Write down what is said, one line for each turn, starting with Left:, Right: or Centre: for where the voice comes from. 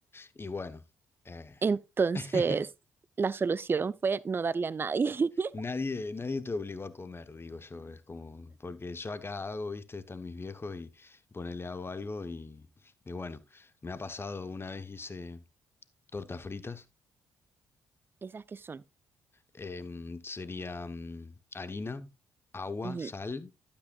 Left: Y bueno, eh,
Right: Entonces,
Left: <laughs>
Right: la solución fue no darle a nadie. <laughs>
Left: nadie, nadie te obligó a comer, digo yo, es como, porque yo acá hago, viste, están mis viejos y ponele hago algo y, y bueno, me ha pasado una vez hice tortas fritas,
Right: Esas que son.
Left: em, sería mm, harina, agua,
Right: Ujú,
Left: sal.